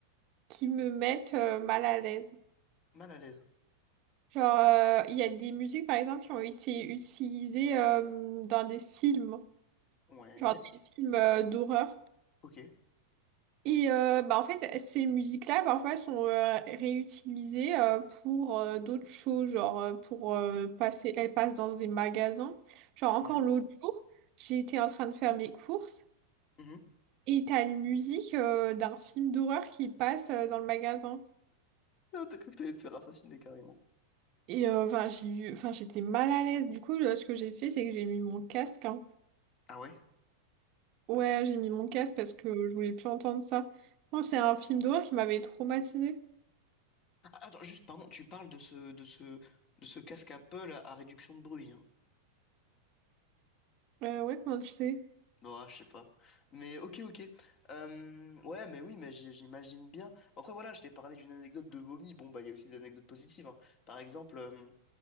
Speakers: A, on the right; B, on the left.
A: qui me mettent euh, mal à l'aise.
B: Mal à l'aise.
A: Genre, euh, il y a des musiques, par exemple, qui ont été utilisées euh, dans des films.
B: Ouais,
A: Genre des films euh, d'horreur.
B: ok,
A: Et euh, bah en fait, ces musiques-là, parfois, sont euh, réutilisées euh, pour euh, d'autres choses, genre euh, pour euh, passer, elles passent dans des magasins. Genre encore
B: ouais.
A: l'autre jour, j'étais en train de faire mes courses
B: mhm.
A: et t'as une musique euh, d'un film d'horreur qui passe euh, dans le magasin.
B: Ah, t'as cru que t'allais te faire assassiner carrément.
A: Et euh, enfin, j'ai eu, enfin, j'étais mal à l'aise. Du coup, là, ce que j'ai fait, c'est que j'ai mis mon casque. hein.
B: Ah ouais?
A: Ouais, j'ai mis mon casque parce que je voulais plus entendre ça. Non, c'est un film d'horreur qui m'avait traumatisée.
B: Ah, attends, juste, pardon, tu parles de ce, de ce, de ce casque Apple à, à réduction de bruit, hein.
A: Euh, ouais, comment tu sais?
B: Ouais, je sais pas. Mais ok, ok. Euh, ouais, mais oui, mais j'i- j'imagine bien. Après, voilà, je t'ai parlé d'une anecdote de vomi. Bon, bah, il y a aussi des anecdotes positives. hein. Par exemple, euh,